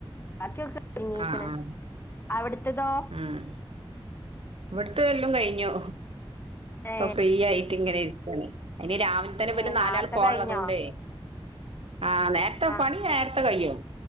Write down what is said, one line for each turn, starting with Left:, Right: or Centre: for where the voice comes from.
Left: ബാക്കിയൊക്കെ ഒര്ങ്ങീക്ക്ണ്
Right: ആഹ് ആഹ്
Left: അവിട്ത്തതോ?
Right: ഉം ഇവിടത്തെെല്ലാം കഴിഞ്ഞു ഇപ്പൊ
Left: ഏഹ്
Right: ഫ്രീ ആയിട്ട് ഇങ്ങനെ ഇരീക്കാണ് അയിന് രാവിലെ ത്തന്നെ ഇവൽ
Left: ഏ
Right: നാല്
Left: നാർത്തെ
Right: ആൾ പോവാന്ള്ളതോണ്ടേ
Left: കഴിഞ്ഞോ
Right: ആഹ് നേരത്തെ
Left: ആ
Right: പണി നേരത്തെ കയ്യും